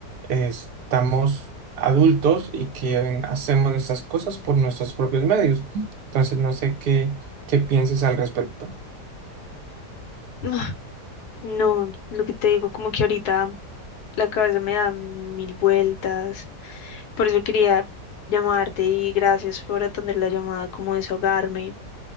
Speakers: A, on the right; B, on the left.
A: eh, estamos adultos y que hacemos nuestras cosas por nuestros propios medios. Entonces, no sé qué, qué pienses al respecto.
B: Ah, No, lo que te digo, como que ahorita la cabeza me da mil vueltas. Por eso quería llamarte y gracias por atender la llamada, como desahogarme.